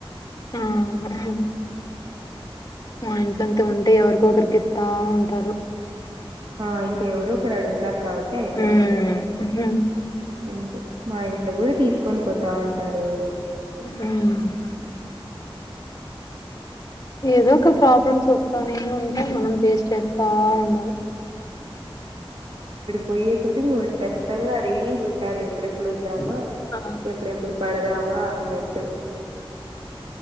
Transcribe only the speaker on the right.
ఆ ఇంకా ఎవరో ఒకరు అడుగుతారు. కాబట్టే అయిపోయినపుడు
అంతే మా ఇంట్లో కూడా తీసుకొని పోతా ఉంటారు ఎవరో
పోయే క్లోజింగ్ ఒకటి ఖచ్చితంగా రెడీ గా ఉంటది ఎప్పుడెప్పుడు వద్దామా
ఎప్పుడెప్పుడు పాడడామా నెట్టు